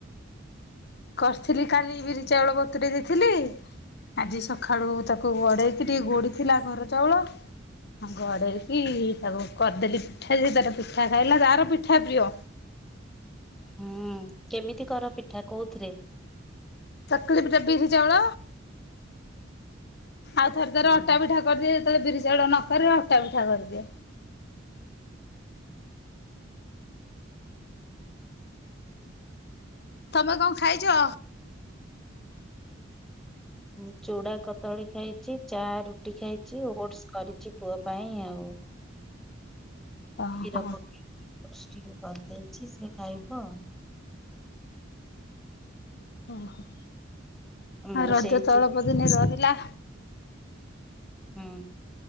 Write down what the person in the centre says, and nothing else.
ହୁଁ କେମିତି କର ପିଠା କୋଉଥିରେ।
ହୁଁ
ହୁଁ
ମୁଁ ଚୁଡା କଦଳୀ ଖାଇଛି ଚା ରୁଟି ଖାଇଛି ଓଟସ କରିଛି ପୁଅ ପାଇଁ ଆଉ।
କ୍ଷୀର ପକେଇକି ଓଟସ ଟିକେ କରିଦେଇଛି ସେ ଖାଇବ ଅ।
ମୁଁ
ସେଇ
ଚୁ
ହୁଁ।